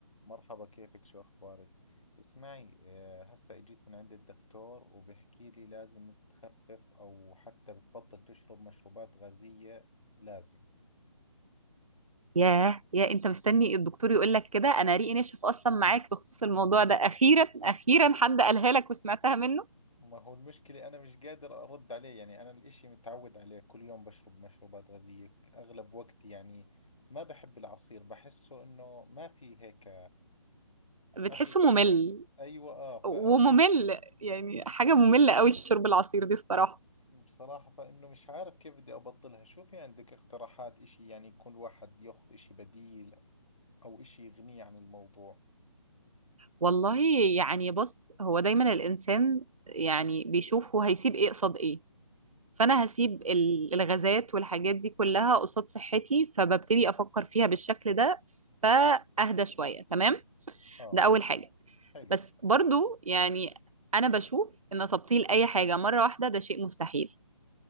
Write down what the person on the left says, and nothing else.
مرحبا كيفك شو أخبارك؟ اسمعي آه، هسا اجيت من عند الدكتور وبحكي لي لازم تخفف أو حتى بتبطل تشرب مشروبات غازية لازم
ما هو المشكلة أنا مش قادر أرد عليه يعني أنا الإشي متعود عليه كل يوم بشرب مشروبات غازية أغلب وقتي يعني ما بحب العصير بحسه إنه ما في هيك
ما في غازات
أيوة آه فإنه
بصراحة فإنه مش عارف كيف بدي أبطلها شو في عندك اقتراحات إشي يعني يكون الواحد ياخذ إشي بديل او اشي يغنيه عن الموضوع
اه
حلو